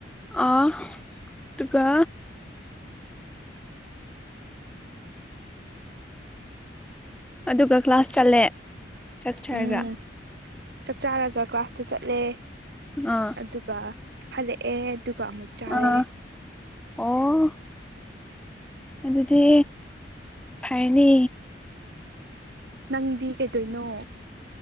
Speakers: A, in the centre; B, on the right.
A: ꯑ ꯑꯗꯨꯒ ꯑꯗꯨꯒ ꯀ꯭ꯂꯥꯁ ꯆꯠꯂꯦ ꯆꯠꯆꯔꯒ
B: ꯎꯝ ꯆꯥꯛ ꯆꯥꯔꯒ ꯀ꯭ꯂꯥꯁꯇ ꯆꯠꯂꯦ
A: ꯑ
B: ꯑꯗꯨꯒ ꯍꯜꯂꯛꯑꯦ ꯑꯗꯨꯒ ꯑꯃꯨꯛ ꯆꯥꯔꯦ
A: ꯑꯥ ꯑꯣ ꯑꯗꯨꯗꯤ ꯐꯔꯅꯤ
B: ꯅꯪꯗꯤ ꯀꯩꯗꯣꯏꯅꯣ